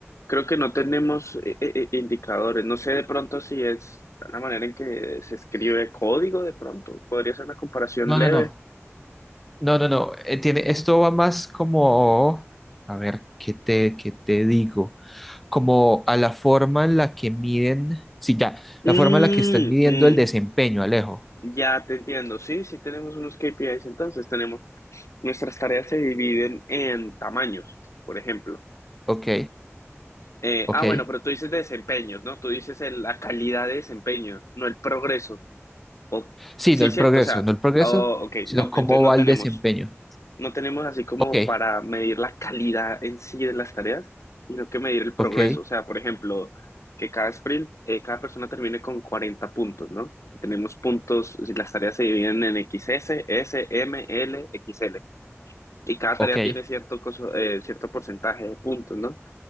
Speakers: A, on the left; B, in the centre.
A: creo que no tenemos eh, eh, eh, indicadores. No sé de pronto si es la manera en que se escribe código, de pronto. Podría ser una comparación
B: No,
A: leve.
B: no, no. No, no, no. eh, tiene, esto va más como, a ver, ¿qué te, qué te digo? Como a la forma en la que miden, sí, ya,
A: Mm,
B: la forma en la que están midiendo
A: mm,
B: el desempeño, Alejo.
A: ya te entiendo. Sí, sí tenemos unos KPIs, entonces tenemos, nuestras tareas se dividen en tamaños, por ejemplo.
B: Ok,
A: Eh,
B: ok.
A: ah, bueno, pero tú dices de desempeños, ¿no? Tú dices el- la calidad de desempeño, no el progreso. O,
B: Sí,
A: sí,
B: no el
A: cierto,
B: progreso,
A: o sea,
B: no el progreso,
A: oh, ok,
B: sino
A: no,
B: cómo
A: entonces no
B: va
A: tenemos,
B: el desempeño.
A: no tenemos así como
B: Ok,
A: para medir la calidad en sí de las tareas, sino que medir el progreso.
B: ok,
A: O sea, por ejemplo, que cada sprint, eh, cada persona termine con 40 puntos, ¿no? Tenemos puntos, si las tareas se dividen en XS, S, S, M, L, XL. Y cada tarea
B: ok,
A: tiene cierto, coso- eh, cierto porcentaje de puntos, ¿no?